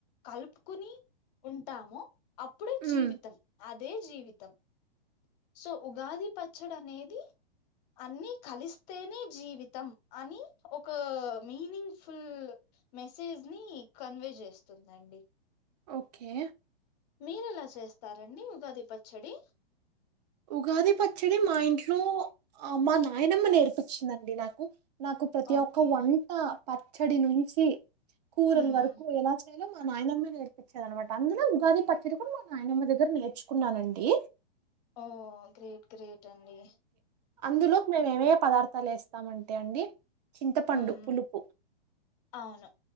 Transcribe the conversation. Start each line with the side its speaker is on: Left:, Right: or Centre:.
Left: కలుపుకుని ఉంటామో అప్పుడే
Right: ఉమ్,
Left: జీవితం. అదే జీవితం. సో ఉగాది పచ్చడి అనేది అన్నీ కలిస్తేనే జీవితం అనీ ఒకా మీనింగ్ ఫుల్ మెసేజ్ నీ కన్వే చేస్తుందండి.
Right: ఓకే
Left: మీరెలా చేస్తారండి ఉగాది పచ్చడి.
Right: ఉగాది పచ్చడి మా ఇంట్లో ఆ మా నాయనమ్మ నేర్పించిందండి నాకు. నాకు ప్రతి
Left: ఓకే
Right: ఒక్క వంటా పచ్చడి నుంచీ కూరల్
Left: హ్మ్
Right: వారకూ ఎలా చే లో మా నాయనమ్మే నేర్పిచ్చేది అనమాట. అందులో ఉగాది పచ్చడి కూడా మా నాయనమ్మ దగ్గర నేర్చుకున్నానండీ.
Left: ఓ గ్రేట్ గ్రేట్ అండీ.
Right: అందులోక్ మేమ్ ఏమే పదార్థాలు వేస్తాం అంటే అండి. చింతపండు
Left: హ్మ్
Right: పులుపు,
Left: అవును